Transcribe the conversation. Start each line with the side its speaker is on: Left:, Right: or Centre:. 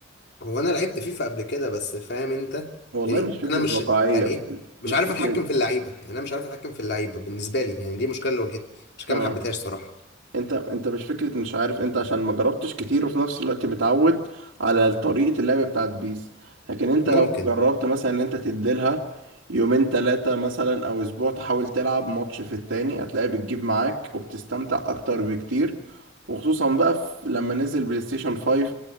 Left: هو انا لعبت فيفا قبل كده بس فاهم انت
Right: والله
Left: يعني
Right: مش فكره
Left: انا مش
Right: واقعيه
Left: يعني ايه مش
Right: مش
Left: عارف
Right: فكره
Left: اتحكم في اللعيبه يعني انا مش عارف اتحكم في اللعيبه بالنسبه لي يعني دي مشكله اللي واجهتني مش كده
Right: اه
Left: ما حبيتهاش صراحه
Right: انت انت مش فكره مش عارف انت عشان ما جربتش كتير وفي نفس الوقت متعود على طريقه اللعب بتاعت بيس لكن انت
Left: ممكن
Right: لو جربت مثلا ان انت تديلها يومين ثلاثه مثلا او اسبوع تحاول تلعب ماتش في التاني هتلاقي بتجيب معاك وبتستمتع اكتر بكتير وخصوصا بقى في لما نزل بلاي ستيشن 5